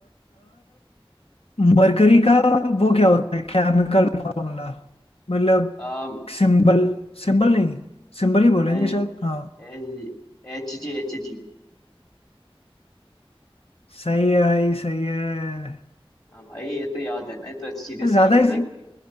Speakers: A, on the left (about 80°); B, on the left (about 40°).
A: मरकरी का वो क्या होता है केमिकल फॉर्मूला मतलब
B: अम
A: सिंबल सिंबल नहीं सिंबल ही बोलेंगे
B: ए,
A: शायद हाँ
B: ए, एच जी एच जी
A: सही है भाई सही है
B: हाँ भाई ये तो याद है ना ये तो सीरियस
A: ज्यादा
B: साइंस
A: ही
B: लाइक